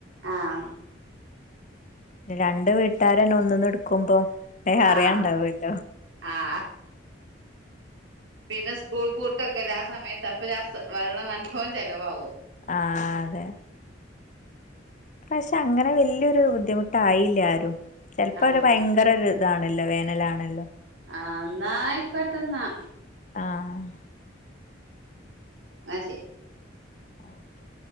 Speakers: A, on the right; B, on the left.
A: ആഹ്
B: രണ്ട് വീട്ട് ട്ടാരന്നെ ഒന്ന്ന്ന്ട്ക്കുമ്പോ ഏ അറിയാണ്ടാവ്‌ല്ലോ
A: ആഹ് ആഹ് പിന്നെ സ്കൂൾ പൂട്ടൊക്കെല്ലെ ആ സമയത്ത് വെള്ളം നല്ലോം ചെലവാവ
B: ആ അതെ പക്ഷെ അങ്ങനെ വല്ല്യരു ബുദ്ധിമുട്ടായീല ആരും ചെല്പ്പ്പടെ
A: ആഹ്
B: ഭയങ്കരൊത് താണല്ലൊ വേനലാണല്ലൊ
A: ആഹ് ന്നായ്കോട്ടന്നാ
B: ആഹ്
A: മാഷെ
B: ആക്കെ